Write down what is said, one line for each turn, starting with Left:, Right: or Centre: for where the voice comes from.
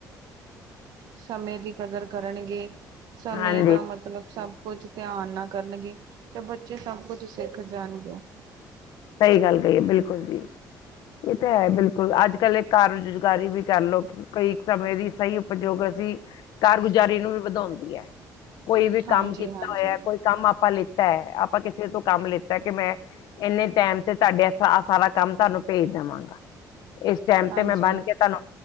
Right: ਸਮੇਂ ਦੀ ਕਦਰ ਕਰਨਗੇ ਸਮੇਂ
Left: ਹਾਂਜੀ
Right: ਦਾ ਮਤਲਬ ਸਭ ਕੁਝ ਧਿਆਨ ਨਾਲ ਕਰਨਗੇ ਤੇ ਬੱਚੇ ਸਭ ਕੁਛ ਸਿੱਖ ਜਾਣਗੇ।
Left: ਸਹੀ ਗੱਲ ਕਹੀ ਏ। ਬਿਲਕੁਲ ਜੀ।
Right: <inaudible>
Left: ਇਹ ਤਾਂ ਹੈ ਬਿਲਕੁਲ। ਅੱਜ ਕੱਲ੍ਹ ਇਹ ਕਾਰ ਰੁਜ਼ਗਾਰੀ ਵੀ ਕਰਲਓ, ਕਈ ਸਮੇਂ ਦੀ ਸਹੀ ਉਪਯੋਗ ਅਸੀਂ ਕਾਰਗੁਜ਼ਾਰੀ ਨੂੰ ਵੀ ਵਧਾਉਂਦੀ ਹੈ। ਕੋਈ ਵੀ
Right: ਹਾਂਜੀ
Left: ਕੰਮ ਕੀਤਾ
Right: ਹਾਂਜੀ
Left: ਹੋਇਆ ਹੈ। ਕੋਈ ਕੰਮ ਆਪਾਂ ਲਿੱਤਾ ਹੈ। ਆਪਾਂ ਕਿਸੇ ਤੋਂ ਕੰਮ ਲਿੱਤਾ ਕਿ ਮੈਂ ਇੰਨੇ ਟਾਈਮ ਤੇ ਤੁਹਾਡੇ ਏਫੇ-ਅ-ਫਾ-ਸਾਰਾ ਕੰਮ ਤੁਹਾਨੂੰ ਭੇਜ ਦਵਾਂਗਾ। ਇਸ ਟਾਈਮ
Right: ਹਾਂਜੀ
Left: ਤੇ ਮੈਂ ਬਣ ਕੇ ਤੁਹਾਨੂੰ